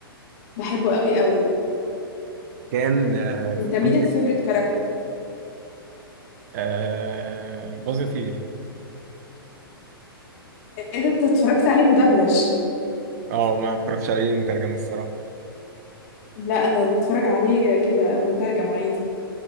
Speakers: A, on the left; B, on the right.
A: بحبه قوي قوي
B: كان آه،
A: انت
B: في الجزء
A: مين الفيفوريت كاركتر
B: آه، باظ يطير
A: ايه ده انت اتفرجت عليه مدبلج
B: اه ما اتفرجتش عليه مترجم الصراحه
A: لا انا بتفرج عليه كده مترجم عادي